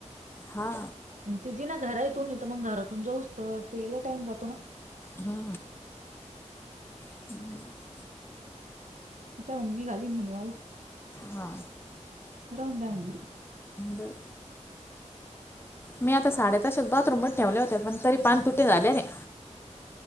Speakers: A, on the left (about 20°); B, on the right (about 80°).
A: हा.
B: ति जिना घराये तुन तर मग घरातून जाऊस तर ते लई टाईम जातो ना.
A: हा. <inaudible>
B: त्या म्हण मी घालीन म्हणे वाळू.
A: हा.
B: राहून द्या म्हणली.
A: बर मी आता साड्या तशाच बाथरूमच ठेवल्या होत्या पण तरी पान तुटे झालेने ते.